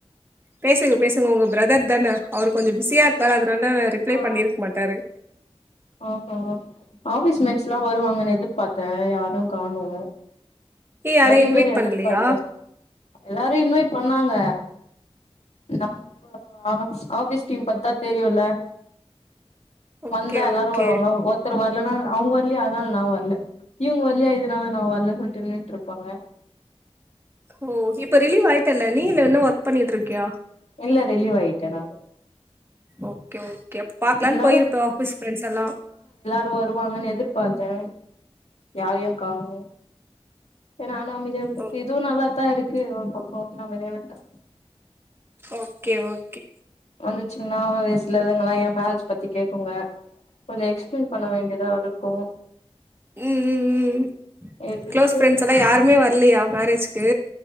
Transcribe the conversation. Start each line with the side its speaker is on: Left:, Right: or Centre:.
Right: பேசுங்க பேசுங்க ஒங்க பெரதர் தான அவர் கொஞ்சோ பிஸியா இருப்பாரு அதனால ரிப்ளை
Left: ஆ
Right: பண்ணிருக்க மாட்டாரு
Left: ஆ ஆ ஹா ஆஃபீஸ் மெட்ஸ்லா வருவாங்கன்னு எதிர்பாத்தே யாரு காணோ
Right: ஏ யாரையு
Left: நெறைய
Right: இன்வைட்
Left: பேர்
Right: பண்லையா
Left: எதிர்பாத்தே எல்லாரு இன்வைட் பண்ணாங்க நம்ம ஆஃபீஸ் ஆஃபீஸ் டிம் பத்து தா தெரியுல்ல
Right: ஓகே
Left: வந்தா எல்லாரு
Right: ஓகே
Left: வருவாங்க ஒருத்தர் வரலன்னா அவ்ங்க வரலயா அதனால் நா வரல இவ்ங் வர் இல்லையா இதுனால நா வரல சொல்லிட் நின்னுட்டு இருப்பாங்க
Right: ஓ இப்ப ரிலீவ் ஆயிட்டல்ல நீ இல்ல இன்னு ஒர்க் பண்ணிட்டு இருக்கியா
Left: இல்ல ரிலீவ் ஆயிட்ட நா
Right: ஓகே ஓகே அப் பாக்லானு
Left: இருந்தாலு
Right: போயிருப்போ ஆஃபீஸ் பிரெண்ட்ஸ் எல்லா
Left: தோ வருவாங்கன்னு எதிர்பார்த்தே யாரையு காணோ செர் நானு அமைதியா விட்டுட்டு
Right: ஓ
Left: இதுவு நல்லாத்தா இருக்கு ஒரு பக்கோ அமைதியாவிட்ட
Right: ஓகே ஓகே
Left: வந்துச்சுங்கன்னா ஒர் சில இதுங் எல்லா என் மேர்ஜ் பத்தி கேக்குங்க கொஞ்சோ எக்ஸ்பிளைன் பண்ண வேண்டிய தா இருக்கு
Right: உம் உம் உம்
Left: எதுக்கு
Right: ஃக்ளோஸ் ஃப்ரெண்ட்ஸ் எல்லா யாருமே வர் இல்லையா மேரேஜ்க்கு